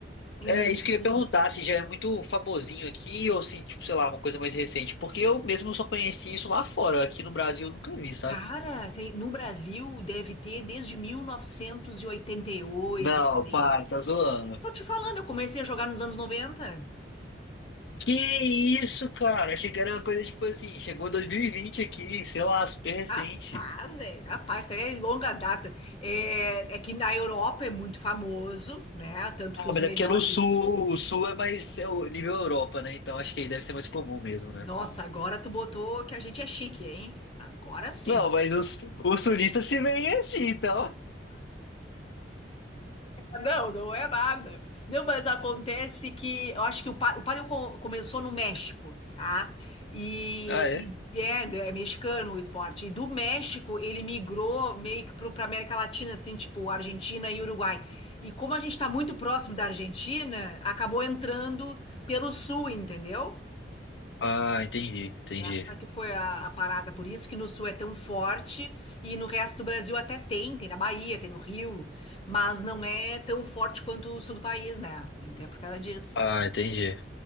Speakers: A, on the left (about 30°); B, on the left (about 70°).
A: E,
B: É, isso que eu ia
A: e,
B: perguntar, se já é muito famosinho aqui ou se, tipo, sei lá, uma coisa mais recente, porque eu mesmo só conheci isso lá fora, aqui no Brasil eu nunca vi, sabe?
A: cara, tem- no Brasil deve ter desde 1988,
B: Não,
A: por aí.
B: para, tá zoando.
A: Tô te falando, eu comecei a jogar nos anos 90.
B: Que isso, cara? Achei que era uma coisa tipo assim, chegou 2020 aqui, sei lá, super recente.
A: Rapaz, velho, rapaz, isso aí é longa data. É, é que na Europa é muito famoso, né? Tanto
B: Ah,
A: que os
B: mas
A: melhores.
B: é porque é no sul, o sul é mais é o nível Europa, né? Então acho que aí deve ser mais comum mesmo, né?
A: Nossa, agora tu botou que a gente é chique, hein? Agora sim.
B: Não, mas os, os sulistas se veem assim, então.
A: Não, não é nada. Não, mas acontece que eu acho que o, pa- o paddle co- começou no México, tá? E,
B: Ah, é?
A: e é, é mexicano o esporte. E do México ele migrou meio que pro, pra América Latina, assim, tipo Argentina e Uruguai. E como a gente tá muito próximo da Argentina, acabou entrando pelo sul, entendeu?
B: Ah, entendi, entendi.
A: Essa que foi a, a parada, por isso que no sul é tão forte e no resto do Brasil até tem, tem na Bahia, tem no Rio, mas não é tão forte quanto o sul do país, né? Então é por causa disso.
B: Ah, entendi.